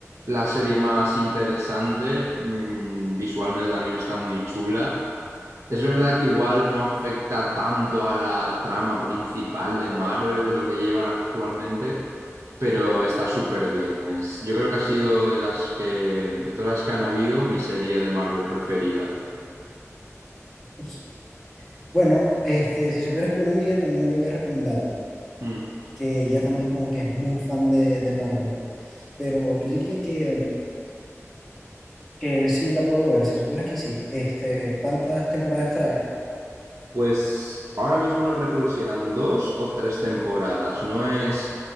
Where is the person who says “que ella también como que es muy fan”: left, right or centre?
Centre